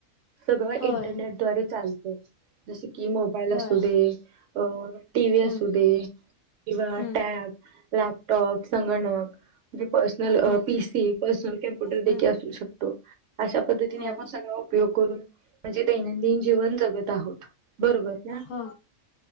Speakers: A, on the right (about 70°); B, on the left (about 70°).
A: सगळं
B: होय
A: इंटरनेट द्वारे चालत जस की मोबाईल
B: होय
A: असू दे अ टीव्ही असू
B: हम्म
A: दे. किंवा
B: हम्म
A: टॅब लॅपटॉप संगणक म्हणजे पर्सनल अ
B: हम्म
A: पी सी पर्सनल कॅम्प्युटर देखील
B: हम्म
A: असू शकतो अशा पद्
B: होय
A: मग सगळा उपयोग करून म्हणजे दैनंदिन जीवन जगत आहोत बरोबर ना
B: हो